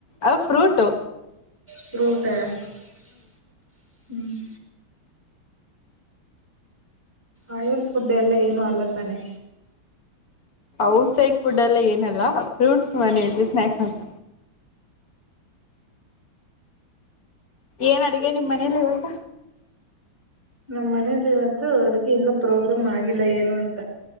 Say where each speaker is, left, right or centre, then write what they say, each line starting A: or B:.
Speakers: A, on the left; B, in the centre.
A: ಅವು ಫ್ರೂಟು.
B: ಫ್ರೂಟಾ ಹ್ಮ್. ಆಯಲ್ ಫುಡ್ ಎಲ್ಲ ಏನು ಅಲ್ಲತಾನೆ.
A: ಔಟ್ಸೈಡ್ ಫುಡ್ ಎಲ್ಲ ಏನಲ್ಲ ಫ್ರೂಟ್ಸ್ ನಾನ ಹೇಳ್ದೆ ಸ್ನ್ಯಾಕ್ಸ್ ಅಂತ. ಏನ್ ಅಡ್ಗೆ ನಿಮ್ ಮನೇಲಿ ಇವತ್ತ.
B: ನಮ್ಮ್ ಮನೆಲಿ ಇವತ್ತು ಅಡ್ಗೆ ಇನ್ನು ಪ್ರೋಗ್ರಾಮ್ ಆಗಿಲ್ಲ ಏನು ಅಂತ.